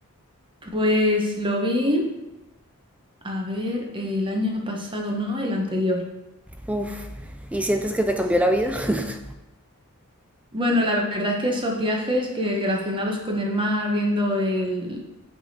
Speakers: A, on the right (about 20°); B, in the centre.
A: pues lo vi, a ver, el año pasado, ¿no? El anterior.
B: Uf, ¿y sientes que te cambió
A: Sí.
B: la vida? <laughs>
A: Bueno, la verdad es que esos viajes que relacionados con el mar, viendo el,